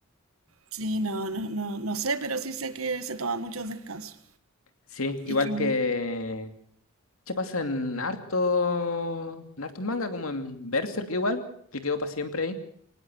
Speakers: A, on the right; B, on the left.
A: Sí, no, no, no, no sé, pero sí sé que se toma muchos descansos.
B: Sí, igual
A: Y que
B: que... ¿Qué pasa en harto... en hartos manga, como en Berserk igual, que quedó para siempre ahí.